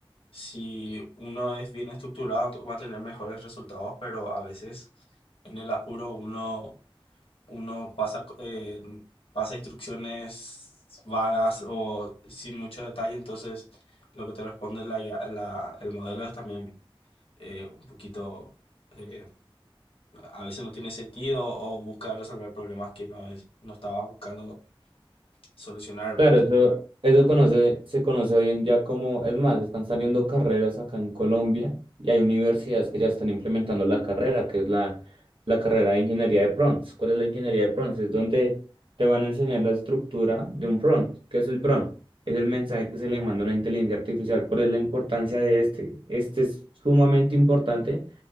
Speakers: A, on the left; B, on the right.
A: Si uno es bien estructurado, va a tener mejores resultados, pero a veces en el apuro uno uno pasa, eh, pasa instrucciones vagas o sin mucho detalle, entonces lo que te responde la, IA la- el modelo es también eh, un poquito, eh, a veces no tiene sentido o busca resolver problemas que no, es, no estabas buscando solucionar,
B: Claro,
A: ¿verdad?
B: eso, eso conoce, se conoce hoy en día como, es más, están saliendo carreras acá en Colombia y hay universidades que ya están implementando la carrera, que es la, la carrera de ingeniería de prompts. ¿Cuál es la ingeniería de prompts? Es donde te van a enseñar la estructura de un prompt. ¿Qué es el prompt? Es el mensaje que se le manda a una inteligencia artificial. ¿Cuál es la importancia de este? Este es sumamente importante